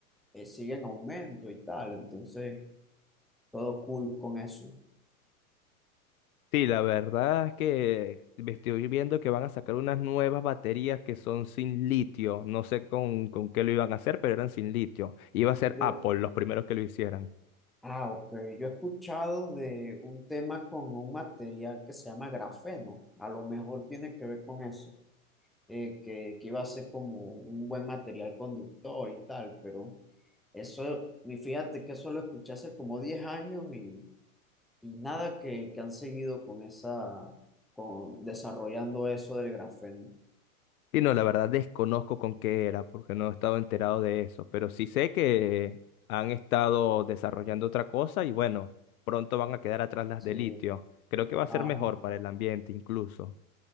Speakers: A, in the centre; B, on the left.
A: eh, sigue en aumento y tal, entonces todo cool con eso.
B: Sí, la verdad es que me estoy viendo que van a sacar unas nuevas baterías que son sin litio. No sé con, con qué lo iban a hacer, pero eran sin litio. Iba a ser
A: Yo-
B: Apple los primeros que lo hicieran.
A: Ah, ok. Yo he escuchado de un tema con un material que se llama grafeno. A lo mejor tiene que ver con eso, eh, que, que iba a ser como un buen material conductor y tal, pero eso, y fíjate que eso lo escuché hace como 10 años y, y nada que, que han seguido con esa, con desarrollando eso del grafeno.
B: Y no, la verdad desconozco con qué era, porque no he estado enterado de eso, pero sí sé que han estado desarrollando otra cosa y bueno, pronto van a quedar atrás las
A: Sí,
B: de litio. Creo que va a ser
A: ajá.
B: mejor para el ambiente incluso.